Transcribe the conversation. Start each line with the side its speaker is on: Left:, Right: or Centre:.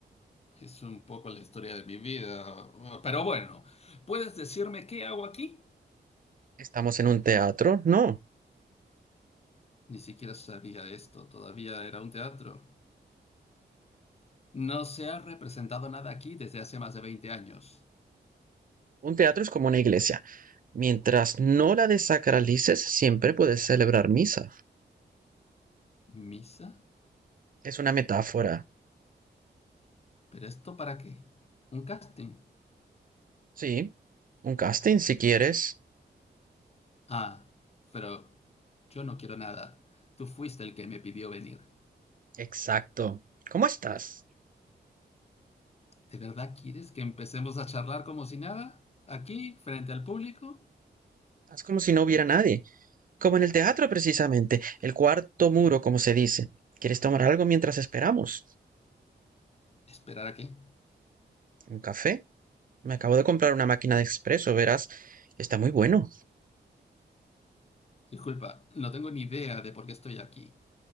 Left: Es un poco la historia de mi vida. Pero bueno, ¿puedes decirme qué hago aquí?
Right: ¿Estamos en un teatro? No.
Left: Ni siquiera sabía esto. Todavía era un teatro. No se ha representado nada aquí desde hace más de 20 años.
Right: Un teatro es como una iglesia. Mientras no la desacralices, siempre puedes celebrar misa.
Left: ¿Misa?
Right: Es una metáfora.
Left: ¿Pero esto para qué? ¿Un casting?
Right: Sí, un casting si quieres.
Left: Ah, pero yo no quiero nada. Tú fuiste el que me pidió venir.
Right: Exacto. ¿Cómo estás?
Left: ¿De verdad quieres que empecemos a charlar como si nada? ¿Aquí, frente al público?
Right: Haz como si no hubiera nadie, como en el teatro precisamente, el cuarto muro, como se dice. ¿Quieres tomar algo mientras esperamos?
Left: ¿Esperar a qué?
Right: ¿Un café? Me acabo de comprar una máquina de expreso, verás. Está muy bueno.
Left: Disculpa, no tengo ni idea de por qué estoy aquí.